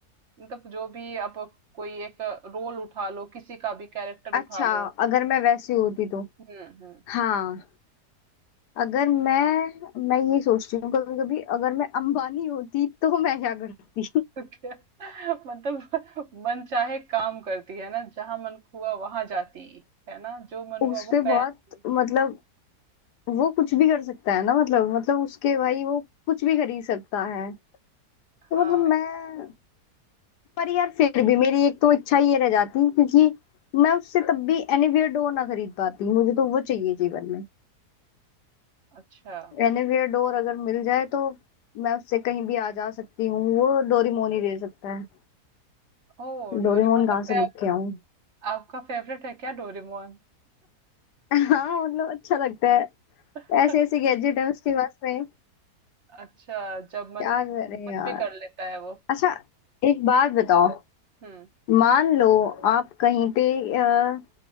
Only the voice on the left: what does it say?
अच्छा
अगर मैं वैसी होती तो
हाँ अगर मैं मैं ये सोचती हूँ कभी कभी अगर मैं अंबानी होती तो मैं क्या करती
<laughs>
उस
पे
बहुत मतलब वो कुछ भी कर सकता है ना मतलब मतलब उसके भाई वो कुछ भी खरीद सकता है तो
मतलब मैं
पर यार फिर भी मेरी एक तो इच्छा ये रह जाती क्योंकि मैं उससे तब भी एनीवेयर डोर ना खरीद पाती मुझे तो वो चाहिए जीवन में
रेनोवेयर डोर अगर मिल जाए तो मैं उससे कहीं भी आ जा सकती हूँ वो डोरेमोन ही दे सकता है
डोरेमोन
कहाँ
से
लेके
आऊँ
<laughs> हाँ मतलब अच्छा लगता है
ऐसे ऐसे गैजेट है उसके पास में
क्या
करें यार
अच्छा एक बात बताओ
मान लो आप कहीं पे अ,